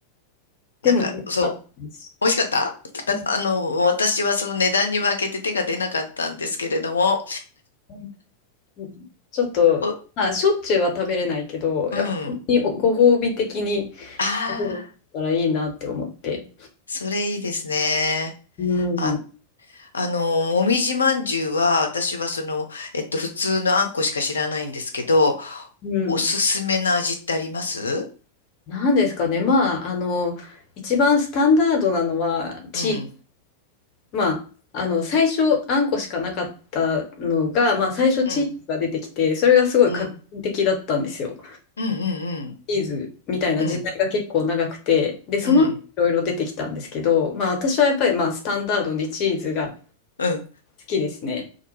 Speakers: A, on the left; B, on the left.
A: なんか、
B: でも美味しかったです。
A: そう。美味しかっただ、
B: う
A: あの、私はその値段に負けて手が出なかったんですけれども、
B: んうんちょっと、
A: お、
B: まあ、しょっちゅうは食べれないけど、
A: うん。
B: やっぱ本当にご褒美的に
A: ああ、
B: 食べれたらいいなって思って。
A: それいいですね。
B: うん。
A: あ、あの、もみじまんじゅうは、私はその、えっと、普通のあんこしか知らないんですけど、
B: うん。
A: おすすめの味ってあります
B: なんですかね。まあ、あの、一番スタンダードなのは、チーズ。
A: うん、
B: まあ、あの、最初、あんこしかなかったのが、まあ、最初チーズが出てきて、
A: うん、
B: それがすごい画期的だったんですよ。
A: うん、うん、うん、
B: チーズみたいな時代が結構長くて、
A: うん、うん、
B: で、その後いろいろ出てきたんですけど、
A: うん、
B: まあ、私はやっぱり、まあ、スタンダードにチーズが好
A: うん。
B: きですね。